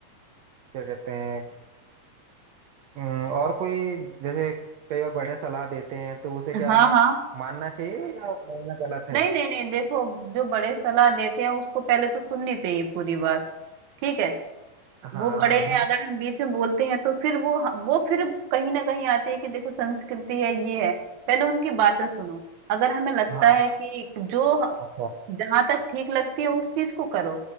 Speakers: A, on the right (about 85°); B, on the right (about 60°).
A: क्या कहते हैं अम, और कोई जैसे कई बार बड़े सलाह देते हैं तो उसे
B: हाँ
A: क्या
B: हाँ
A: मानना चाहिए या मानना गलत है
B: नहीं नहीं नहीं देखो जो बड़े सलाह देते हैं उसको पहले तो सुननी चाहिए पूरी बात ठीक है
A: हाँ
B: वो बड़े
A: हाँ
B: हैं अगर हम बीच में बोलते हैं तो फिर वो वो फिर कहीं ना कहीं आते हैं कि देखो संस्कृति है ये है पहले उनकी बातें सुनो अगर हमें लगता
A: हाँ
B: है कि जो
A: अच्छा
B: जहां तक ठीक लगती है उस चीज को करो